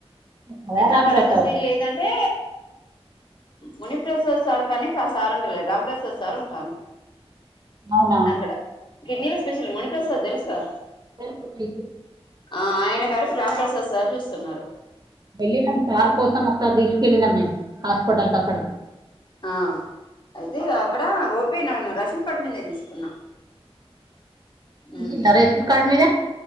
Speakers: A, on the right; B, on the left.
A: కదా
B: అయితే
A: రాంప్రసాద్
B: నాకు ఆరోగ్యశ్రీ లేదంటే మునిప్రసాద్ సార్ కానీ ప్రసార్ ఉండలేద్ రామప్రసాద్ సార్ ఉంటాను
A: అవునా
B: అక్కడ కిడ్నీల స్పెషల్ మునిప్రసాద్ తెలుసుగా
A: తెల్సు మీకు
B: ఆ ఆయన కాడ ఇప్పుడు రామ్ ప్రసాద్ సార్ చూస్తున్నారు
A: వెళ్ళి నమ్ సార్ కోసం ఒక్ సార్ తీసుకెలి నమ్ మేమ్ హాస్పటల్ కక్కడకి
B: ఆ అయితే ఇగ అక్కడ ఓపి నను రేషన్ కార్డ్ మీద్ నే తీసుకున్నా ఉమ్
A: ఇచ్చిండా రేషన్ కార్డ్ మీద